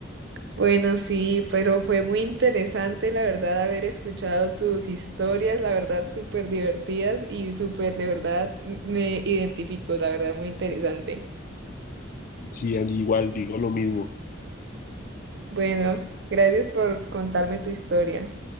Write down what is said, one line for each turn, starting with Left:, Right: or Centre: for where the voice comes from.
Right: Bueno, sí, pero fue muy interesante, la verdad, haber escuchado tus historias, la verdad, súper divertidas y súper, de verdad, m- me identifico, la verdad, muy interesante.
Left: Sí, allí igual digo lo mismo.
Right: Bueno, gracias por contarme tu historia.